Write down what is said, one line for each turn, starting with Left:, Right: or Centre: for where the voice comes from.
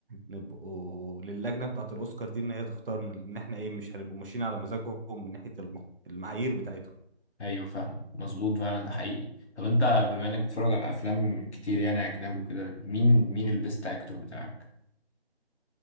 Right: نبقوا للجنة بتاعة الأوسكار دي إن هي تختارنا لأن إحنا إيه مش هنبقوا ماشيين على مزاجهم من ناحية الم... المعايير بتاعتهم
Left: أيوه فاهم مظبوط فعلا ده حقيقي طب أنت بما إنك بتتفرج على أفلام كتير يعني أجنبي وكده مين مين البيست أكتور بتاعك؟